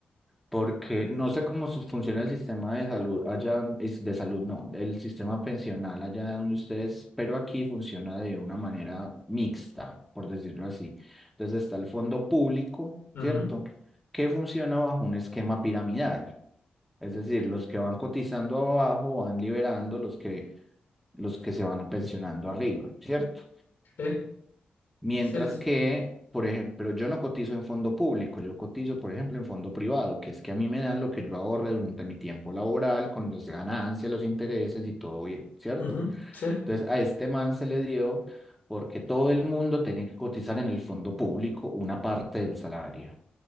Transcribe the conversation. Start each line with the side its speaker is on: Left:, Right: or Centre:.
Centre: porque no sé cómo su- funciona el sistema de salud allá, es de salud no, el sistema pensional allá donde ustedes, pero aquí funciona de una manera mixta, por decirlo así. Entonces está el fondo público,
Left: -huh.
Centre: ¿cierto? Que funciona bajo un esquema piramidal. Es decir, los que van cotizando abajo van liberando los que, los que se van pensionando arriba, ¿cierto?
Left: Sí,
Centre: Mientras
Left: sí, sí. sí.
Centre: que, por ejemplo, yo no cotizo en fondo público, yo cotizo, por ejemplo, en fondo privado, que es que a mí me dan lo que yo ahorre durante mi tiempo laboral, con las ganancias, los intereses y todo bien, ¿cierto?
Left: Ujú, sí.
Centre: Entonces, a este man se le dio porque todo el mundo tenía que cotizar en el fondo público una parte del salario